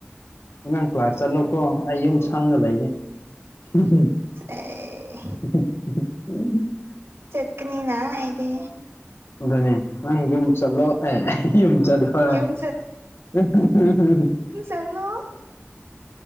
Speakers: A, on the left; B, on the right.
A: ꯅꯥꯡ ꯀ꯭ꯂꯥꯁ ꯆꯠꯂꯣꯀꯣ ꯑꯩ ꯌꯨꯝ ꯁꯪꯒ ꯂꯩꯒꯦ <unintelligible>
B: ꯑꯦ ꯆꯠꯀꯤꯅꯤꯅꯥ ꯑꯩꯗꯤ
A: ꯑꯗꯨꯅꯦ ꯅꯪ ꯌꯨꯝ ꯆꯠꯂꯣ <unintelligible>
B: ꯌꯨꯝ ꯍꯂꯣ